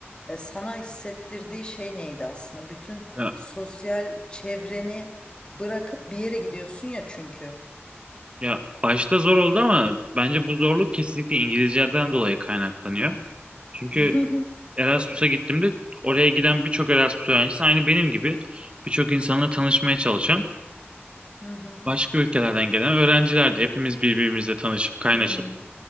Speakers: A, on the left; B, on the right.
A: e, sana hissettirdiği şey neydi aslında? Bütün
B: ya,
A: sosyal çevreni bırakıp bir yere gidiyorsun ya çünkü.
B: ya başta zor oldu ama bence bu zorluk kesinlikle İngilizceden dolayı kaynaklanıyor.
A: <laughs>
B: Çünkü
A: Hı
B: Erasmus'a gittiğimde oraya giden birçok Erasmus öğrencisi aynı benim gibi birçok insanla tanışmaya çalışan
A: hı.
B: başka ülkelerden gelen öğrencilerdi. Hepimiz birbirimizle tanışıp kaynaşıp
A: Hı hı.